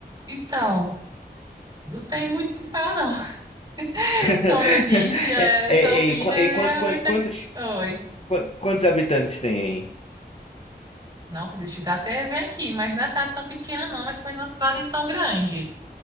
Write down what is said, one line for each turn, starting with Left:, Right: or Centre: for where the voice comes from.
Right: Então, não tem muito o que falar, não. <laughs>
Left: <laughs>
Right: Como eu disse, é,
Left: É, é,
Right: Campinas
Left: é, qu-
Right: é
Left: é, quanto,
Right: realmente.
Left: quanto- quantos,
Right: Oi.
Left: quantos, quantos habitantes tem aí?
Right: Nossa, deixa eu dar até ver aqui, mas não é cidade tão pequena não, mas também não é uma cidade tão grande.